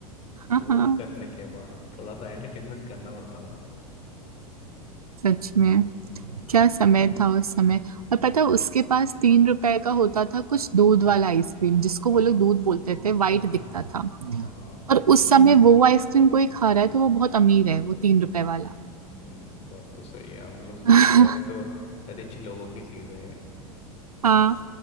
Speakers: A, on the right; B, on the left.
A: हाँ
B: वो करने के बाद थोड़ा सा एंटरटेनमेंट करना पड़ता था
A: सच में
B: हम्म,
A: क्या समय था उस समय और पता है, उसके पास तीन रुपए का होता था कुछ दूध वाला आइसक्रीम जिसको
B: आ,
A: वो लोग दूध बोलते थे वाइट
B: आ,
A: दिखता था
B: हाँ
A: और उस समय वो आइसक्रीम कोई खा रहा है तो वो बहुत अमीर है वो तीन रुपए वाला
B: हम्म बात तो सही है हम लोग सोचते
A: <laughs>
B: थे यार ये तो रिच लोगों की चीज है ये
A: हाँ